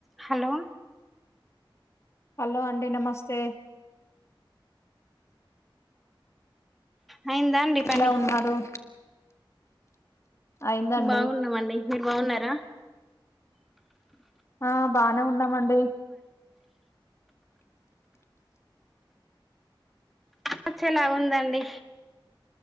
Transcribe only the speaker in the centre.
హలో
అయిందా అండి పని
బాగున్నామండి మీరు బాగున్నారా
వచ్చేలాగా ఉందండి